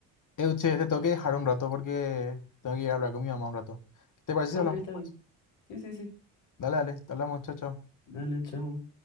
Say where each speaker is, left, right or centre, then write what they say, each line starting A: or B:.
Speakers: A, on the left (about 45°); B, on the left (about 75°).
A: eh Euche, te tengo que dejar un rato porque tengo que ir a hablar con mi mamá un rato. ¿Te parece
B: Ah,
A: si hablamos
B: ok, está
A: después?
B: bien. Sí, sí, sí.
A: Dale, dale, te hablamos, chao, chao.
B: Dale, chao.